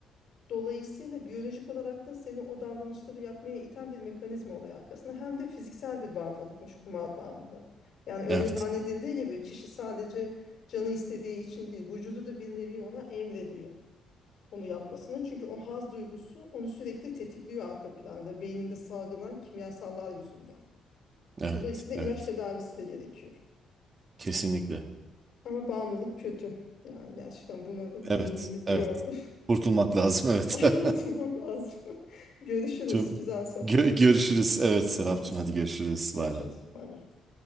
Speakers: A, on the left (about 65°); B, on the right (about 35°).
A: dolayısıyla biyolojik olarak da seni o davranışları yapmaya iten bir mekanizma oluyor arkasında. Hem de fiziksel bir bağımlılıkmış kumar bağımlılığı. Yani öyle
B: Evet.
A: zannedildiği gibi kişi sadece canı istediği için değil, vücudu da bir nevi ona emrediyor onu yapmasını. Çünkü o haz duygusu onu sürekli tetikliyor arka planda, beyninde salgılanan kimyasallar yüzünden.
B: Evet.
A: Dolayısıyla
B: Evet.
A: ilaç tedavisi de gerekiyor.
B: Kesinlikle.
A: Ama bağımlılık kötü. Yani gerçekten buna da
B: Evet.
A: değindiğimiz iyi
B: Evet.
A: oldu.
B: Kurtulmak lazım. Evet.
A: <laughs> Ay, Kurtulmak
B: <laughs>
A: lazım. <laughs> Görüşürüz.
B: Tüm
A: Güzel sohbetti.
B: Gö- görüşürüz. Evet Serapcığım
A: Sağ olasın.
B: hadi görüşürüz.
A: Görüşürüz.
B: Bay bay.
A: Bay bay.